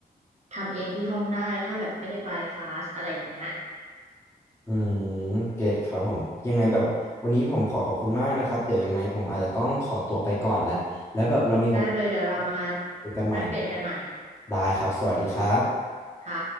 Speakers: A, on the right (about 45°); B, on the left (about 15°).
A: ทำเองที่ห้องได้ถ้าแบบไม่ได้ไปคลาสอะไรอย่างเงี้ย
B: อืมเกตครับผมยังไงแบบวันนี้ผมขอขอบคุณมากนะครับเดี๋ยวยังไงผมอาจจะต้องขอตัวไปก่อนแหละแล้วแบบเรามีโอกา
A: ได้เลยเดี๋ยวเรามา
B: สคุยกันใหม่นะครับ
A: แลกเปลี่ยนกันใหม่
B: ได้ครับสวัสดีครับ
A: ค่ะ